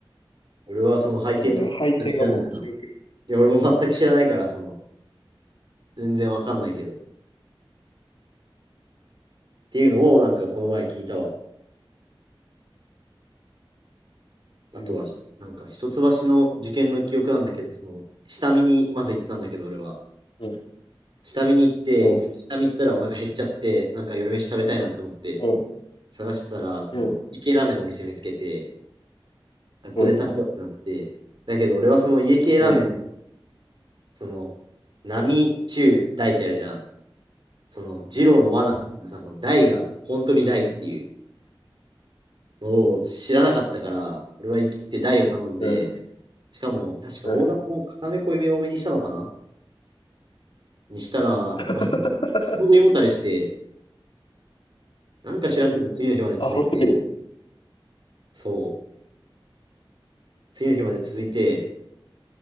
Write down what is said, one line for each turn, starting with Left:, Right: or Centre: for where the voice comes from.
Right: 俺はその配点とか全く知らないから、
Left: ょっとね、配点がもう記憶に。
Right: いや、俺も全く知らないから、その、全然わかんないけど。っていうのをなんかこの前聞いたわ。あとは、
Left: うん、
Right: なんか一橋の受験の記憶なんだけど、その、下見にまず行ったんだけど、俺は。
Left: うん、
Right: 下見に行って、
Left: うん、
Right: 下見行ったらお腹減っちゃって、なんか夜飯食べたいなって思って、
Left: うん、
Right: 探してたら、その、
Left: うん、うん、
Right: 家系ラーメンの店見つけて、あここで食べようってなって、
Left: うん、
Right: だけど俺はその家系ラーメン、
Left: うん、
Right: その、並中大ってあるじゃん。その、二郎の罠みたいなさ、その大が本当に大っていうのを知らなかったから、俺は生きて大を頼んで、
Left: うん。
Right: しかも、確かオーダーも固め濃いめ多めにしたのかな
Left: うん
Right: にしたら、
Left: <laughs>
Right: もうすほど胃もたれして、なんか知らんけど次の日まで続いて、
Left: アホすぎるね。
Right: そう、次の日まで続いて、